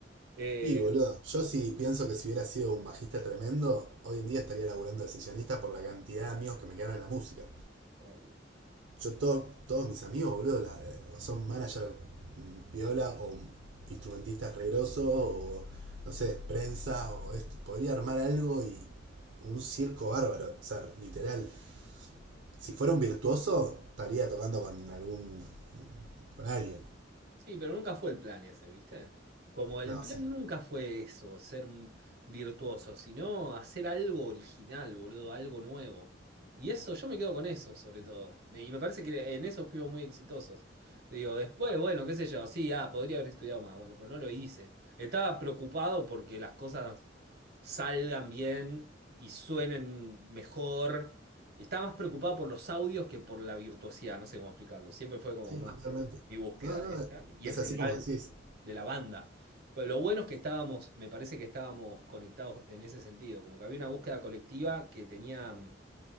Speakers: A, on the right; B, on the right.
A: Eh,
B: Y boludo, yo sí pienso que si hubiera sido un bajista tremendo, hoy en día estaría laburando de sesionista por la cantidad de amigos que me quedaron en la música.
A: obvio.
B: Yo to- todos mis amigos, boludo, la- son manager mm, piola o instrumentistas regrosos o no sé, prensa o esto. Podría armar algo y un circo bárbaro, o sea, literal. Si fuera un virtuoso, estaría tocando con algún con alguien.
A: Sí, pero nunca fue el plan ese, ¿viste? Como el
B: No,
A: plan
B: sí,
A: nunca fue eso, ser un virtuoso, sino hacer algo original, boludo, algo nuevo. Y eso, yo me quedo con eso, sobre todo. Y me parece que en eso fuimos muy exitosos. Digo, después, bueno, qué sé yo, sí, ah, podría haber estudiado más, bueno, pero no lo hice. Estaba preocupado porque las cosas salgan bien y suenen mejor. Y estaba más preocupado por los audios que por la virtuosidad, no sé cómo explicarlo. Siempre fue como
B: sí,
A: más
B: totalmente.
A: mi búsqueda
B: No, no,
A: esta, y
B: es
A: en general
B: así como decís.
A: de la banda. Pero lo bueno es que estábamos, me parece que estábamos conectados en ese sentido, como que había una búsqueda colectiva que tenía mm,